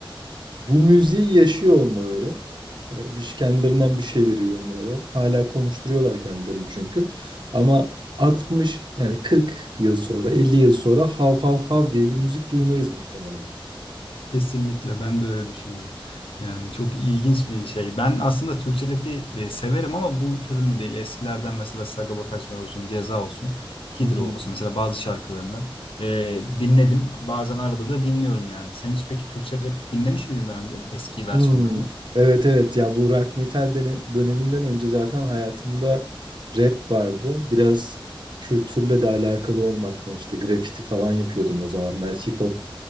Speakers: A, on the right; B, on the left.
A: bu müziği yaşıyor olmaları. E, bir- kendilerinden bir şey veriyor olmaları. Hala konuşturuyorlar kendilerini çünkü. Ama 60 yani 40 yıl sonra, 50 yıl sonra hav hav hav diye bir müzik duymayız muhtemelen.
B: Kesinlikle ben de öyle düşünüyorum. Yani çok ilginç bir şey. Ben aslında Türkçe rap'i e, severim ama bu türünü değil. Eskilerden mesela Sagopa Kajmer olsun, Ceza olsun,
A: Hı
B: Hidro
A: hı.
B: olsun mesela bazı şarkılarını e, dinledim. Bazen arada da dinliyorum yani. Sen hiç peki Türkçe rap dinlemiş miydin daha önce eski versiyonlarını?
A: Hmm, Evet evet ya bu rock metal dene- döneminden önce zaten hayatımda rap vardı. Biraz kültürle de alakalı olmaktan işte grafiti falan yapıyordum o zamanlar. Hip hop